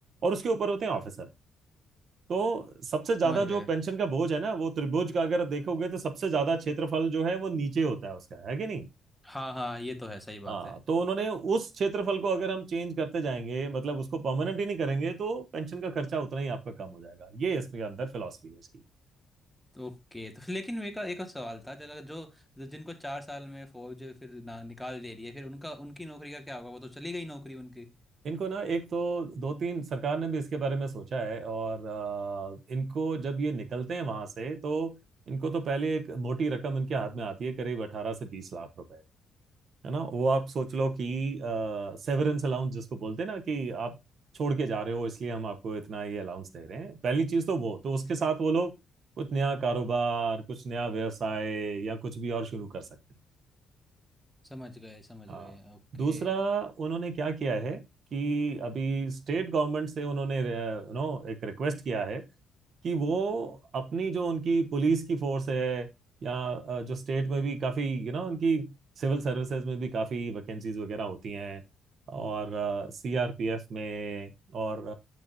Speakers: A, on the right (about 60°); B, in the centre.
A: और उसके ऊपर होते हैं ऑफिसर तो सबसे ज्यादा
B: समझ गए
A: जो पेंशन का बोझ है ना वो त्रिभुज का अगर देखोगे तो सबसे ज्यादा क्षेत्रफल जो है वो नीचे होता है उसका है कि नहीं
B: हाँ हाँ ये तो है सही बात
A: हाँ
B: है
A: तो उन्होंने उस क्षेत्रफल को अगर हम चेंज करते जाएंगे मतलब उसको परमानेंट ही नहीं करेंगे तो पेंशन का खर्चा उतना ही आपका कम हो जाएगा ये इसके अंदर फिलॉसफी है इसकी
B: तो ओके तो फिर लेकिन एक एक और सवाल था जगह जो जो- जिनको चार साल में फौज फिर ना, निकाल दे रही है फिर उनका उनकी नौकरी का क्या होगा वो तो चली गई नौकरी उनकी
A: इनको ना एक तो दो तीन सरकार ने भी इसके बारे में सोचा है और अ, इनको जब ये निकलते हैं वहां से तो इनको तो पहले एक मोटी रकम इनके हाथ में आती है करीब अठारह से बीस लाख रुपए है ना वो आप सोच लो कि सेवरेंस अलाउंस जिसको बोलते हैं ना कि आप छोड़ के जा रहे हो इसलिए हम आपको इतना ये अलाउंस दे रहे हैं पहली चीज तो वो तो उसके साथ वो लोग कुछ नया कारोबार कुछ नया व्यवसाय या कुछ भी और शुरू कर सकते हैं
B: समझ गए समझ
A: हाँ
B: गए ओके
A: दूसरा उन्होंने क्या किया है कि अभी स्टेट गवर्नमेंट से उन्होंने नो एक रिक्वेस्ट किया है कि वो अपनी जो उनकी पुलिस की फोर्स है या अ, जो स्टेट में भी काफ़ी यू नो उनकी सिविल सर्विसेज में भी काफ़ी वैकेंसीज वगैरह होती हैं और सीआरपीएफ में और